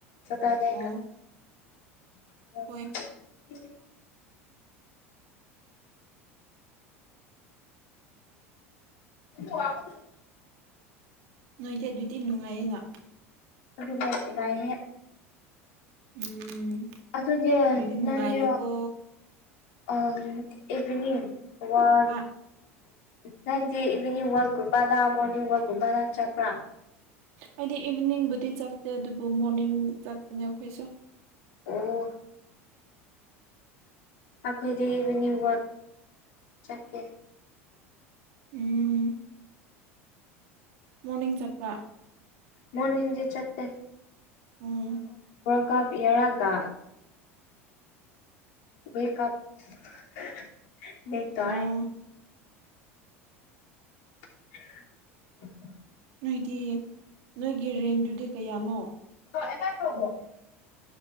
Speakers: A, on the left; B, on the right.
A: ꯁꯥꯇ꯭ꯔꯗꯦ
B: ꯑꯣ
A: ꯑꯣ
B: ꯍꯣꯏ
A: <inaudible> ꯋꯥ <inaudible>
B: ꯅꯣꯏꯗꯤ ꯑꯗꯨꯗꯤ ꯅꯨꯡꯉꯥꯏꯌꯦꯅ
A: ꯑꯩꯈꯣꯢꯗꯤ ꯌꯥꯝ ꯅꯨꯡꯉꯥꯏꯍꯦ
B: ꯎꯝ
A: ꯑꯗꯨꯗꯤ
B: ꯅꯣꯏꯗꯤ
A: ꯅꯪꯁꯦ
B: ꯅꯨꯡꯉꯥꯏꯔꯦꯀꯣ
A: ꯑꯥ ꯏꯚꯤꯅꯤꯡ ꯋꯥꯟ
B: ꯑꯥ
A: ꯅꯪꯗꯦ ꯏꯚꯤꯅꯤꯡ ꯋꯥꯛꯀꯨꯝꯕꯗ ꯃꯣꯔꯅꯤꯡ ꯋꯥꯛꯀꯨꯝꯕꯗ ꯆꯠꯄ꯭ꯔꯥ
B: ꯑꯩꯗꯤ ꯏꯚꯤꯅꯤꯡꯕꯨꯗꯤ ꯆꯠꯇꯦ ꯑꯗꯨꯕꯨ ꯃꯣꯔꯅꯤꯡ ꯆꯠꯄꯅꯦ ꯑꯩꯈꯣꯏꯁꯨ
A: ꯑꯣ ꯑꯩꯈꯣꯏꯗꯤ ꯏꯚꯤꯅꯤꯡ ꯋꯥꯠ ꯆꯠꯂꯦ
B: ꯎꯝ ꯃꯣꯔꯅꯤꯡ ꯆꯠꯄ꯭ꯔꯥ
A: ꯃꯣꯔꯅꯤꯡꯗꯤ ꯆꯠꯇꯦ
B: ꯎꯝ
A: ꯋꯥꯛꯑꯥꯜ ꯄꯌꯥꯔꯒ ꯋꯦꯀꯞ <unintelligible> ꯇꯑꯦ
B: ꯑꯣ
A: <inaudible>
B: ꯅꯣꯏꯗꯤ ꯅꯣꯏꯒꯤ ꯔꯦꯟꯗꯨꯗꯤ ꯀꯌꯥꯅꯣ
A: <unintelligible>